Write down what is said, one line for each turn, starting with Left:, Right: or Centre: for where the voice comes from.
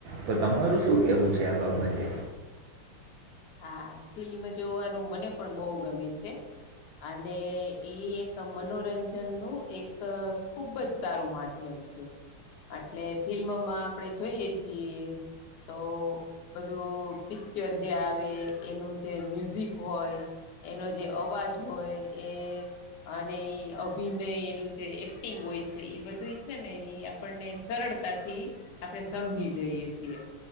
Right: તો તમારું શું કેવું છે આ બાબતે?
Left: હા ફિલ્મ જોવાનું મને પણ બહુ ગમે છે. અને એક મનોરંજનનું એક ખુબ જ સારું માધ્યમ છે. એટલે ફિલ્મોમાં આપણે જોઈએ છીએ. તો બધું પિક્ચર જે આવ એ એનું જે મ્યુઝિક હોય એનો જે અવાજ હોય એ અને એ અભિનય એનું જે એક્ટિંગ હોય છે એ બધું છે ને એ આપણને સરળતાથી આપણે સમજી જઈએ છીએ.